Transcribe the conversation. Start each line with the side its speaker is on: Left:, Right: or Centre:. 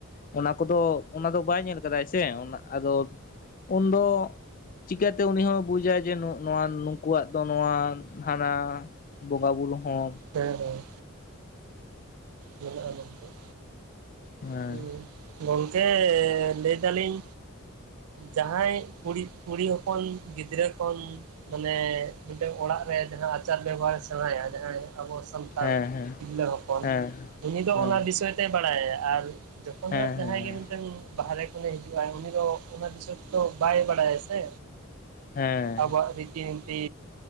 Left: ᱚᱱᱟ ᱠᱚᱫᱚ ᱚᱱᱟ ᱫᱚ ᱵᱟᱭ ᱧᱮᱞ ᱠᱟᱫᱟᱭ ᱥᱮ ᱟᱫᱚ ᱩᱱ ᱫᱚ ᱪᱤᱠᱟᱹ ᱛᱮ ᱩᱱᱤ ᱦᱚᱸᱭ ᱵᱩᱡᱟ ᱡᱮ ᱱᱚᱣᱟ ᱱᱩᱠᱩᱣᱟᱜ ᱫᱚ ᱱᱚᱣᱟ ᱦᱟᱱᱟ ᱵᱚᱸᱜᱟ ᱵᱩᱨᱩ ᱦᱚᱸ
Right: ᱦᱮᱸ ᱦᱮᱸ ᱢᱮᱱᱟᱜᱼᱟ ᱢᱮᱱᱛᱮᱜ
Left: ᱦᱮᱸ
Right: ᱦᱩᱸ ᱜᱚᱝᱠᱮ ᱞᱟᱹᱭ ᱫᱟᱞᱤᱧ ᱡᱟᱦᱟᱸᱭ ᱠᱩᱲᱤ ᱠᱩᱲᱤ ᱦᱚᱯᱚᱱ ᱜᱤᱫᱽᱨᱟᱹ ᱠᱷᱚᱱ ᱢᱟᱱᱮ ᱢᱤᱫᱴᱮᱱ ᱚᱲᱟᱜ ᱨᱮ ᱡᱟᱦᱟᱸ ᱟᱪᱟᱨ ᱵᱮᱵᱚᱦᱟᱨ ᱥᱮᱬᱟᱭᱟ ᱡᱟᱦᱟᱸᱭ ᱟᱵᱚ ᱥᱟᱱ ᱛᱟᱲ
Left: ᱦᱮᱸ ᱦᱮᱸ
Right: ᱛᱤᱨᱞᱟᱹ ᱦᱚᱯᱚᱱ
Left: ᱦᱮᱸ
Right: ᱩᱱᱤ ᱫᱚ
Left: ᱦᱮᱸ
Right: ᱚᱱᱟ ᱵᱤᱥᱚᱭ ᱛᱮᱭ ᱵᱟᱲᱟᱭᱟ ᱟᱨ ᱡᱚᱠᱷᱚᱱ
Left: ᱦᱮᱸ
Right: ᱦᱟᱸᱜ
Left: ᱦᱮᱸ ᱦᱮᱸ
Right: ᱡᱟᱦᱟᱸᱭ ᱜᱮ ᱢᱤᱫᱴᱟᱝ ᱵᱟᱦᱨᱮ ᱠᱷᱚᱱᱮ ᱦᱤᱡᱩᱜ ᱟᱭ ᱩᱱᱤ ᱫᱚ ᱚᱱᱟ ᱵᱤᱥᱚᱭ ᱛᱚ ᱵᱟᱭ ᱵᱟᱲᱟᱭᱟᱭ ᱥᱮ
Left: ᱦᱮᱸ
Right: ᱟᱵᱚᱣᱟᱜ ᱨᱤᱛᱤ ᱱᱤᱛᱤ